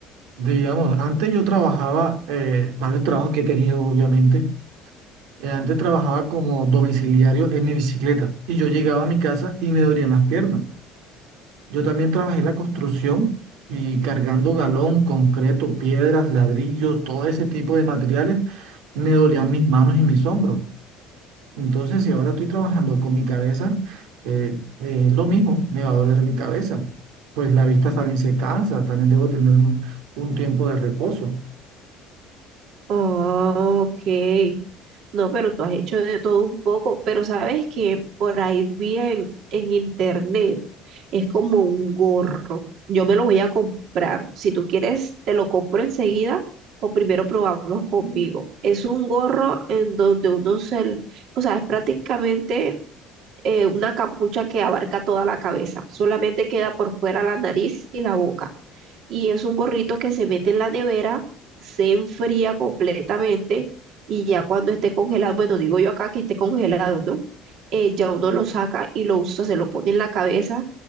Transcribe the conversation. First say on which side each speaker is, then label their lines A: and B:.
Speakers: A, on the right; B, on the right.
A: Digamos, antes yo trabajaba, eh, varios trabajos que he tenido, obviamente. eh, antes trabajaba como domiciliario en mi bicicleta y yo llegaba a mi casa y me dolían las piernas. Yo también trabajé en la construcción y cargando galón, concreto, piedras, ladrillos, todo ese tipo de materiales, me dolían mis manos y mis hombros. Entonces, si ahora estoy trabajando con mi cabeza, eh, eh, es lo mismo, me va a doler mi cabeza. Pues la vista también se cansa, también debo tener un, un tiempo de reposo.
B: Oh, ok. No, pero tú has hecho de todo un poco, pero sabes que por ahí vi en, en internet, es como un gorro. Yo me lo voy a comprar. Si tú quieres, te lo compro enseguida o primero probamos conmigo. Es un gorro en donde uno se, le- o sea, es prácticamente eh, una capucha que abarca toda la cabeza, solamente queda por fuera la nariz y la boca. Y es un gorrito que se mete en la nevera, se enfría completamente y ya cuando esté congelado, bueno, digo yo acá que esté congelado, ¿no? Eh, ya uno lo saca y lo usa, se lo pone en la cabeza